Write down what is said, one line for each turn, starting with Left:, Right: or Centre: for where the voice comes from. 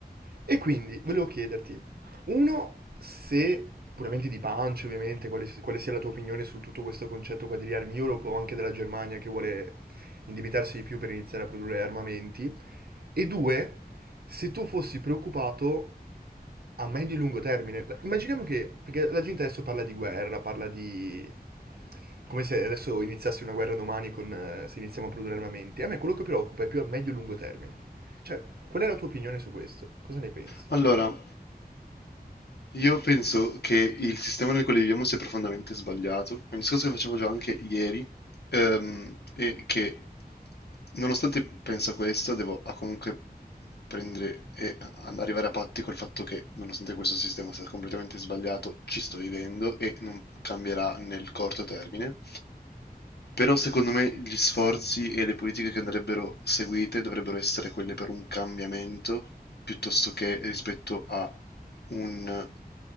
Right: E quindi volevo chiederti, uno, se puramente di pancia, ovviamente, quale, quale sia la tua opinione su tutto questo concetto qua di armi Europe o anche della Germania che vuole indebitarsi di più per iniziare a produrre armamenti, e due, se tu fossi preoccupato a medio e lungo termine. Immaginiamo che, perché la gente adesso parla di guerra, parla di... come se adesso iniziasse una guerra domani con, eh, se iniziamo a produrre armamenti. A me quello che preoccupa è più a medio e lungo termine. Cioè, qual è la tua opinione su questo? Cosa ne pensi?
Left: Allora, io penso che il sistema nel quale viviamo sia profondamente sbagliato. È un discorso che facevo già anche ieri Ehm, e che nonostante penso questo, devo ah, comunque prendere e a- arrivare a patti col fatto che nonostante questo sistema sia completamente sbagliato, ci sto vivendo e non cambierà nel corto termine. Però secondo me gli sforzi e le politiche che andrebbero seguite dovrebbero essere quelle per un cambiamento piuttosto che rispetto a un